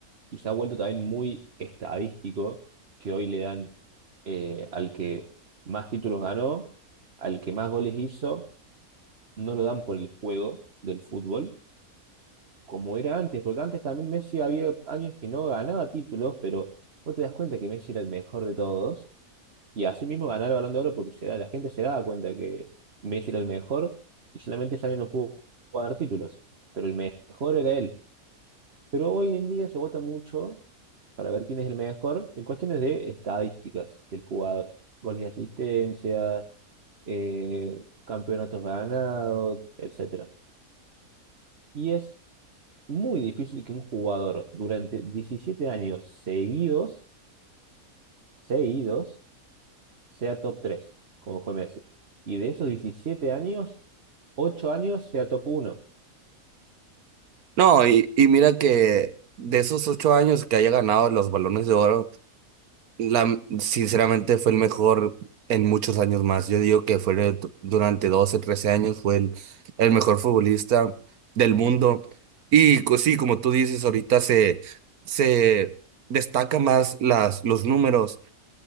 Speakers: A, on the right; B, on the right.
A: y se ha vuelto también muy estadístico, que hoy le dan eh, al que más títulos ganó, al que más goles hizo, no lo dan por el juego del fútbol como era antes, porque antes también Messi había años que no ganaba títulos, pero vos te das cuenta que Messi era el mejor de todos, y así mismo ganar el Balón de Oro porque se da- la gente se daba cuenta que Messi era el mejor, y solamente ese año no pudo ganar títulos, pero el mejor era él. Pero hoy en día se vota mucho para ver quién es el mejor en cuestiones de estadísticas del jugador, goles y asistencias, eh, campeonatos ganados, etcétera. Y es muy difícil que un jugador durante 17 años seguidos, seguidos, sea top 3 como fue Messi. Y de esos 17 años, 8 años sea top uno
B: No, y, y mira que de esos ocho años que haya ganado los Balones de Oro, la, sinceramente fue el mejor en muchos años más. Yo digo que fue el- durante 12 13 años, fue el, el mejor futbolista del mundo. Y co- sí, como tú dices, ahorita se, se destaca más las, los números